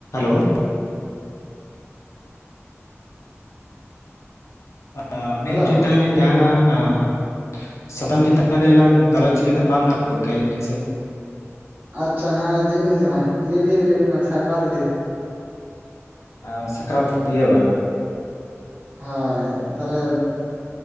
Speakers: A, on the left; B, on the right.
A: ᱦᱮᱞᱳ <unintelligible> ᱢᱮᱱ
B: ᱦᱮᱞᱳ
A: ᱪᱩᱭᱮᱫ ᱛᱟᱦᱮᱸ ᱱᱟᱞᱤᱧ ᱡᱟᱦᱟᱱᱟᱜ <unintelligible> <unintelligible> ᱥᱟᱛᱟᱢ ᱪᱮᱛᱟᱱ ᱨᱮᱞᱟᱝ ᱜᱟᱞᱚᱪ ᱞᱮᱠᱷᱟᱱ ᱵᱟᱝ ᱜᱟᱱ ᱠᱚᱜᱠᱮᱭᱟ ᱞᱟᱹᱭᱵᱤᱱ ᱥᱮ
B: ᱟᱪᱪᱷᱟ ᱦᱮᱸ ᱞᱟᱹᱭᱵᱤᱱ ᱥᱮ ᱢᱟ ᱤᱭᱟᱹ ᱞᱤᱭᱮ ᱞᱟᱹᱭᱵᱮᱱ ᱢᱟ ᱥᱟᱠᱨᱟᱛ ᱞᱤᱭᱮ
A: <unintelligible> ᱥᱟᱠᱨᱟᱛ ᱞᱤᱭᱮ ᱵᱟᱝ
B: ᱦᱳᱭ ᱛᱟᱦᱚᱞᱮ